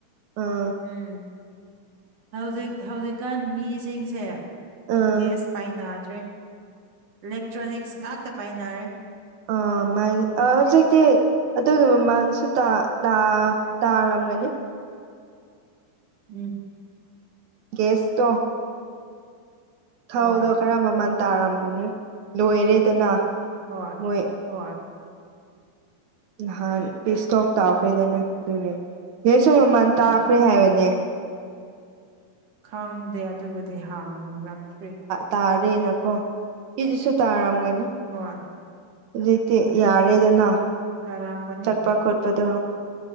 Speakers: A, on the right; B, on the right.
A: ꯑꯥ
B: ꯎꯝ ꯍꯧꯖꯤꯛ ꯍꯧꯖꯤꯛꯀꯥꯟ ꯃꯤꯁꯤꯡꯁꯦ
A: ꯑꯥ
B: ꯒꯦꯁ ꯄꯥꯏꯅꯗ꯭ꯔꯦ ꯏꯂꯦꯛꯇ꯭ꯔꯣꯅꯤꯛꯁ ꯉꯥꯛꯇ ꯄꯥꯏꯅꯔꯦ
A: ꯑ ꯃꯥ ꯑꯥ ꯍꯧꯖꯤꯛꯇꯤ ꯑꯗꯨꯒꯤ ꯃꯃꯥꯡꯁꯨ ꯇꯥ ꯇꯥ ꯇꯥꯔꯝꯒꯅꯤ
B: ꯎꯝ
A: ꯒꯥꯁꯇꯣ ꯊꯥꯎꯗꯣ
B: ꯍꯣꯏ
A: ꯈꯔ ꯃꯃꯜ ꯇꯥꯔꯝꯒꯅꯤ ꯂꯣꯏꯔꯦꯗꯅ
B: ꯍꯣꯏ
A: ꯃꯣꯏ
B: ꯍꯣꯏ
A: ꯅꯍꯥꯟ ꯄꯤꯁ ꯇꯣꯛ ꯇꯥꯎꯈ꯭ꯔꯦꯗꯅ ꯑꯗꯨꯒꯤ ꯒꯥꯁꯁꯨ ꯃꯃꯜ ꯇꯥꯈ꯭ꯔꯦ
B: ꯍꯣꯏ
A: ꯍꯥꯏꯕꯅꯦ
B: ꯈꯪꯗꯦ ꯑꯗꯨꯕꯨꯗꯤ ꯍꯥꯡꯉꯛꯇ꯭ꯔꯤ
A: ꯇꯥꯔꯦ ꯅꯀꯣ ꯀꯤꯖꯨꯁꯨ ꯇꯥꯔꯝꯒꯅꯤ
B: ꯍꯣꯏ
A: ꯍꯧꯖꯤꯛꯇꯤ ꯌꯥꯔꯦꯗꯅ
B: INAUDIBLE
A: ꯆꯠꯄꯥ-ꯈꯣꯠꯄꯗꯣ